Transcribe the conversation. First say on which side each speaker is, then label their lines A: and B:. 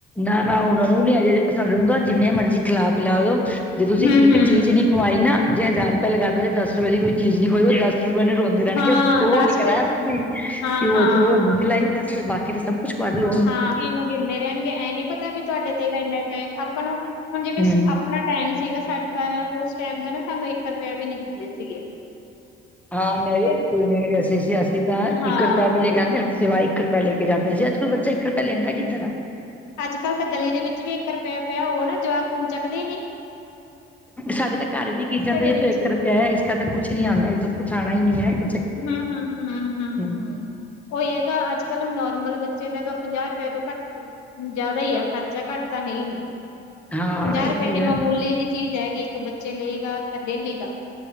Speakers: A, in the centre; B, on the left.
A: ਨਾ ਨਾ ਉਹਨਾ ਨੂੰ ਨੀ ਅਜੇ ਸਾਾਨੂੰ ਤਾਂ ਜਿੰਨੇ ਮਰਜ਼ੀ ਖਿਲਾ਼ ਪਿਲਾ ਦੋ। ਜੇ ਤੁਸੀਂ
B: ਹੂੰ
A: ਇੱਕ
B: ਹੂੰ
A: ਚੀਜ਼ ਨੀ ਖਵਾਈ ਨਾ ਜੇ ਹਜ਼ਾਰ ਰੁਪਏ ਲਗਾ ਦੋਗੇ। ਦਸ ਰੁਪਏ ਦੀ ਕੋਈ ਚੀਜ਼ ਨੀ ਖਵਾਈ ਉਹ ਦਸ ਰੋਂਂਦੇ ਰਹਿਣਗੇ
B: ਹਾਂ
A: ਉਹ
B: ਦਸ
A: ਨੀ ਕਰਵਾਇਆ
B: ਵਜੇ
A: ਤੁਸੀਂ
B: ਹਾਂ
A: ਉਹ
B: ਹਾਂ।
A: ਉਹ ਨੀ ਖਿਲਾਈ ਬਸ ਬਾਕੀ ਤਾਂ ਸਭ ਕੁਛ ਪੜ ਲਵੋ।
B: ਹਾਂ ਨੂੰ ਗਿਣਦੇ ਰਹਿਣਗੇ ਐ ਨੀ ਪਤਾ ਵੀ ਤੁਹਾਡੇ ਤੇ ਦਿਨ ਇਨੇ ਪਏ ਆਪਾਂ ਨੂੰ ਹੁਣ ਜਿਵੇਂ,
A: ਹੂੰ
B: ਆਪਣਾ ਟਾਈਮ ਸੀਗਾ ਸਾਹ ਉਸ ਟਾਈਮ ਤਾਂ ਨਾ ਸਾਨੂੰ ਇੱਕ ਰੁਪਆ ਵੀ ਨੀ ਦਿੰਦੇ ਸੀਗੇ।
A: ਹਾਂ
B: ਤੇ
A: ਅਸੀ ਅਸੀਂ ਤਾਂ
B: ਹਾਂ
A: ਇੱਕਤਾ <unintelligible> ਇੱਕ ਰੁਪਆ ਲ਼ੇ ਕੇ ਜਾਂਦੇ ਸੀ ਅੱਜਕਲ ਬੱਚੇਇੱਕ ਰੁਪਏ ਲੈਂਦਾ ਕਿੱਧਰ ਆ
B: ਅੱਜ ਕੱਲ੍ਹ ਤਾਂ ਗਲੀ ਦੇ ਵਿੱਚ ਵੀ ਇੱਕ ਰੁਪਇਆ ਪਿਆ ਹੋਊਗਾ ਨਾ ਜਵਾਕ ਚੱਕਦੇ ਹੀ ਨਹੀਂ।
A: ਸਾਡੇ ਤਾਂ ਘਰ ਵੀ ਕੀ ਜਾਂਦੇ
B: ਦੇ
A: ਇਹ
B: ਵਿੱਚ
A: ਤੂੰ ਇੱਕ ਰੁਪਇਆ ਹੈ ਇਸ ਕਰਕੇ ਕੁੱਛ ਨੀ ਆਉਂਦਾ ਇਸ ਕੁਛ ਆਉਣਾ ਹੀ ਨੀ ਹੈ <unintelligible>
B: ਹਮ -ਹਮ
A: ਹੂੰ,
B: ਉਹੀ ਹੈਗਾ ਅੱਜ ਕੱਲ੍ਹ ਹੁਣ ਨੋਰਮਲ ਬੱਚੇ ਦਾ ਹੈਗਾ ਪੰਜਾਹ ਰੁਪਏ ਤੋਂ ਘੱਟ ਜਿਆਦਾ ਹੀ ਆ ਖਰਚਾ ਘੱਟ ਤਾਂ ਹੈ ਹੀ ਨਹੀਂ
A: ਹਾਂ
B: ਪੰਜਾਹ
A: ਇਹ
B: ਰੁਪਏ
A: ਤੇ
B: ਦੀ
A: ਹੈ
B: ਮਾਮੂਲੀ ਦੀ ਚੀਜ਼ ਹੈਗੀ ਇੱਕ ਬੱਚੇ ਲਈ ਡੇਲੀ ਦਾ